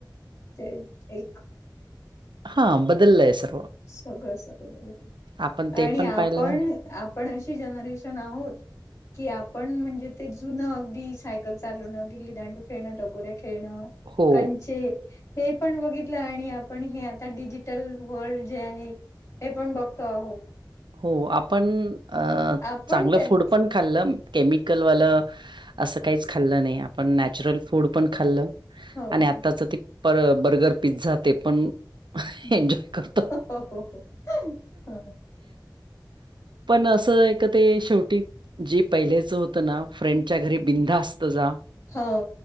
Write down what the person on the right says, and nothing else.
हा बदललाय सर्व
आपण ते
पण पाहिलंय
हो,
हो आपण अ
चांगलं
फूड पण खाल्लं केमिकल वाल असं काहीच खाल्लं नाही आपण नॅचरल फूड पण खाल्लं
आणि
आत्ताच ते पर बर्गर पिझ्झा ते पण
एन्जॉय करतो.
पण असं एक त ते शेवटी जे पहिल्याच होतं ना फ्रेंडच्या घरी बिंधास्त जा